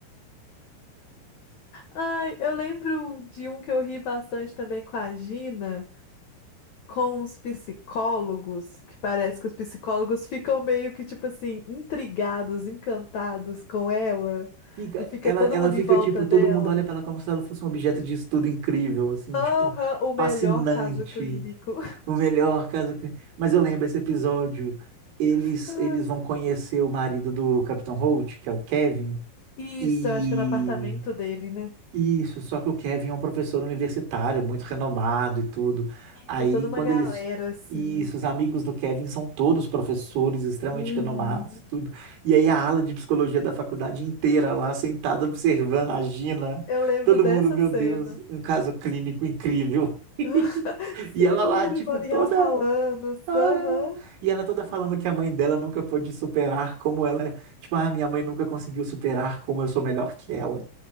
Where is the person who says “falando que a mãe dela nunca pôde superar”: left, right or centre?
Right